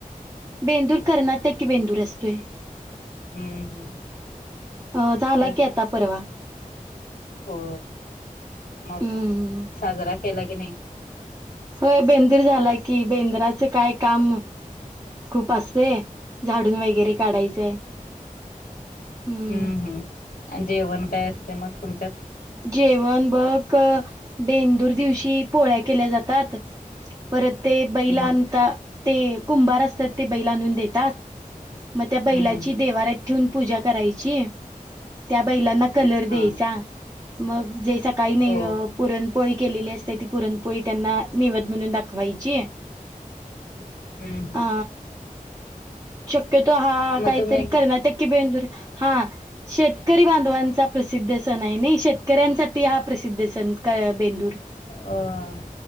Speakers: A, on the right; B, on the left.
A: बेंदूर कर्नाटकी बेंदूर असतोय
B: हूं हम्म
A: अ झाला
B: ते
A: की आता परवा
B: हो मग
A: हम्म
B: साजरा केला की नाय?
A: होय बेंदर झाला की बेंद्राचं काय काम खूप असतय. झाडून वगैरे काढायचंय. हम्म
B: हूं हूं आणि जेवण काय असते मग तुमच्यात
A: जेवण बक बेंदूर दिवशी पोळ्या केल्या जातात परत ते बैलांता
B: हम्म
A: ते कुंभार असतात ते बैला आणून देतात. म त्या
B: हम्म
A: बैलाची
B: हम्म
A: देवाऱ्यात ठेवून पूजा करायची. त्या बैलांना कलर द्येयचा.
B: हा
A: मग जे सकाळी नै
B: हो
A: पुरणपोळी केलेली असते ती पुरणपोळी त्यांना निव म्हणून दाखवायची.
B: हम्म हम्म
A: अ शक्यतो हा
B: मग
A: कायतरी
B: तुम्ही
A: कर्नाटक की बेदुरि हा शेत करी बांधवांचा प्रसिद्ध सण हाय नय शेतकऱ्यांसाठी हा प्रसिद्ध सण का बेंदूर.
B: होय.